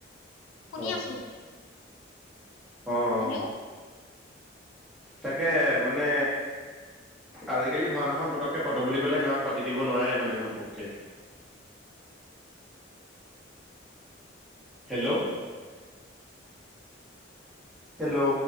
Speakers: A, on the left; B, in the centre.
A: শুনি
B: হয়।
A: আছো।
B: অ অ
A: হেল্ল'।
B: তাকে মানে আজিকালি ভাওনাখন পতককে পাতোঁ বুলি ক'লে গাঁৱত পাতি দিব নোৱাৰে মানে ঘপককে। হেল্ল'। হেল্ল'।